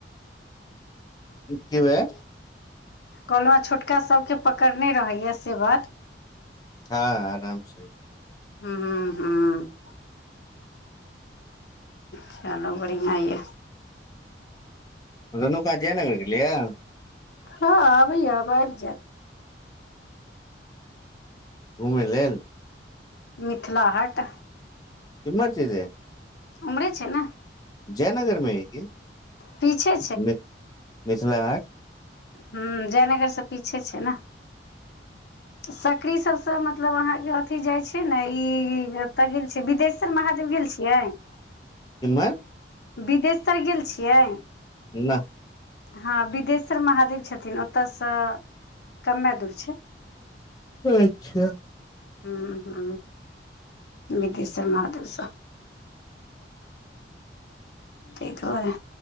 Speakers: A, on the left; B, on the left.
A: कि भेल
B: कलहुँ हां जे छोटका सबकेँ पकड़ने रहैए से बात
A: हँ आरामसँ
B: ह ह हँ <inaudible> चलू बढ़िआँ हए
A: रेनुका जयनगर गेलय हांँ
B: हँ आबैय या आब जायत
A: घुमय लेल
B: मिथिला हाट
A: किमहर छै रे
B: हमरे छै न
A: जयनगरमे हय की
B: पीछे
A: मिथिला हाट
B: ह जयनगर से पीछे छै ने सकरी सबसँ मतलब अहाँके अथि जाइ छै ने ई अत गेल छै विदेश महादेव गेल छियै
A: इम्हर
B: बिदेश्वर गेल छियै
A: नहि
B: हँ बिदेश्वर महादेव छथिन ओतयसँ कमे दूर छै
A: अच्छा
B: ह्म ह विदेश्वर महादेवस त‌ए दुआरे